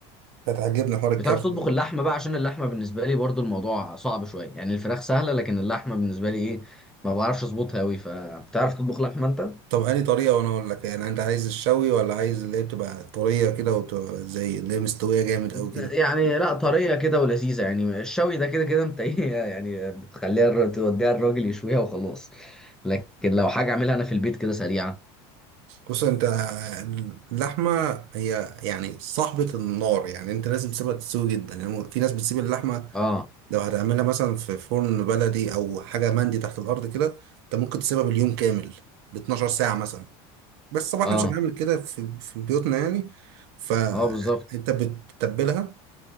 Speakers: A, on the right (about 70°); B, in the centre.
A: هتعجبني حوار الكرف
B: بتعرف تطبخ
A: ده
B: اللحمه بقى عشان اللحمه بالنسبه لي برضو الموضوع صعب شويه يعني الفراخ سهله لكن اللحمه بالنسبه لي ايه ما بعرفش اظبطها قوي فبتعرف تطبخ لحمه انت
A: طب انهي طريقه وانا اقول لك يعني انت عايز الشوي ولا عايز اللي هي بتبقى طريه كده وبتبقى زي اللي هي مستويه جامد قوي كده
B: يعني لا طريه كده ولذيذه يعني الشوي ده كده كده انت <laughs> ايه يعني بتخليها الر- توديها الراجل يشويها وخلاص لكن لو حاجه اعملها انا في البيت كده سريعه
A: بص انت آه، اللحمه هي يعني صاحبه النار يعني انت لازم تسيبها تستوي جدا يعني في ناس بتسيب اللحمه
B: اه
A: لو هتعملها مثلا في فرن بلدي او حاجه مندي تحت الارض كده انت ممكن تسيبها باليوم كامل ب 12 ساعه مثلا بس طبعا
B: اه
A: احنا مش هنعمل كده في في بيوتنا يعني فانت
B: اه بالظبط
A: بتتبلها